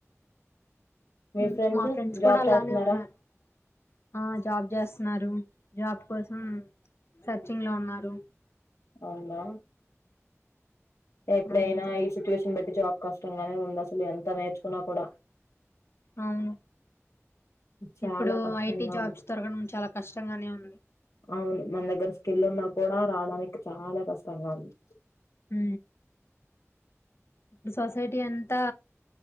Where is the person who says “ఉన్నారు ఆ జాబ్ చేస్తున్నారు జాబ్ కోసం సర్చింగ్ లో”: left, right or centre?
Left